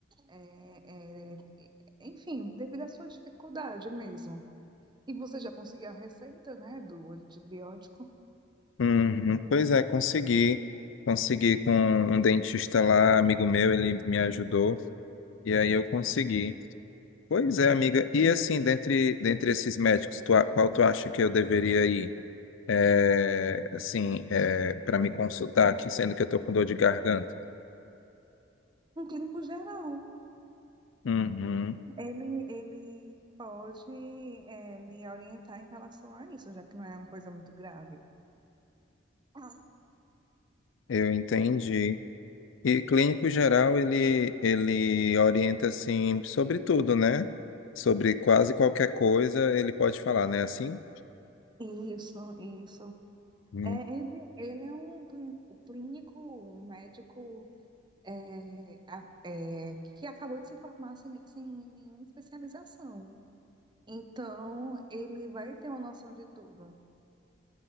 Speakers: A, on the right (about 25°); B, on the left (about 75°).
A: é, é, enfim, devido à sua dificuldade mesmo. E você já conseguiu a receita, né, do antibiótico?
B: Uhum. Pois é, consegui. Consegui com um dentista lá, amigo meu, ele me ajudou e aí eu consegui. Pois é, amiga. E assim, dentre, dentre esses médicos, tu, a- qual tu acha que eu deveria ir? É, assim, é, para me consultar aqui, sendo que eu tô com dor de garganta.
A: Um clínico geral,
B: Uhum.
A: ele, ele pode, é, lhe orientar em relação a isso, já que não é uma coisa muito grave. Ah,
B: Eu entendi. E clínico geral, ele, ele orienta, assim, sobre tudo, né? Sobre quase qualquer coisa, ele pode falar, né? Assim?
A: Isso, isso.
B: Hum.
A: É, ele, ele é um clínico, um clínico, um médico é, a- é, que acabou de se formar sem, sem nenhuma especialização. Então, ele vai ter uma noção de tudo.